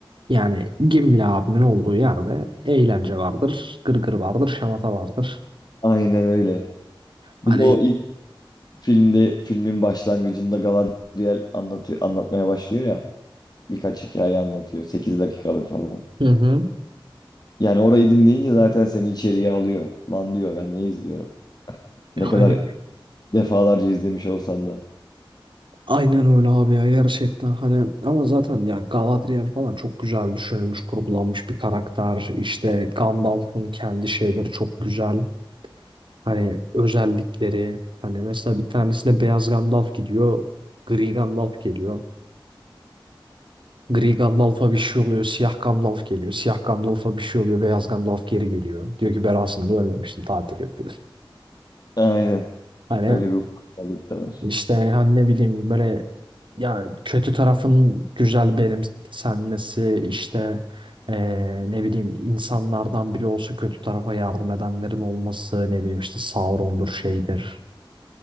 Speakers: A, on the right (about 65°); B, on the left (about 50°).
A: Yani Gimli abimin olduğu yerde eğlence vardır, gırgır vardır, şamata vardır.
B: Aynen öyle. Bir
A: Hani
B: de o ilk filmde filmin başlangıcında Galadriel anlatıyor, anlatmaya başlıyor ya. Birkaç hikaye anlatıyor. 8 dakikalık falan.
A: Hı hı.
B: Yani orayı dinleyince zaten seni içeriye alıyor. Lan diyor ben ne izliyorum. Ne
A: hani
B: kadar defalarca izlemiş olsan da.
A: aynen öyle abi ya gerçekten hani ama zaten ya Galadriel falan çok güzel düşünülmüş, kurgulanmış bir karakter. İşte Gandalf'ın kendi şeyleri çok güzel. Hani özellikleri hani mesela bir tanesine beyaz Gandalf gidiyor, gri Gandalf geliyor. Gri Gandalf'a bir şey oluyor. Siyah Gandalf geliyor. Siyah Gandalf'a bir şey oluyor. Beyaz Gandalf geri geliyor. Diyor ki ben aslında ölmemiştim. Tatil yapıyor.
B: Aynen.
A: Hani
B: Öyle bir ufaklık da var.
A: işte hani ne bileyim böyle ya kötü tarafın güzel benimsenmesi işte eee, ne bileyim insanlardan bile olsa kötü tarafa yardım edenlerin olması ne bileyim işte Sauron'dur şeydir.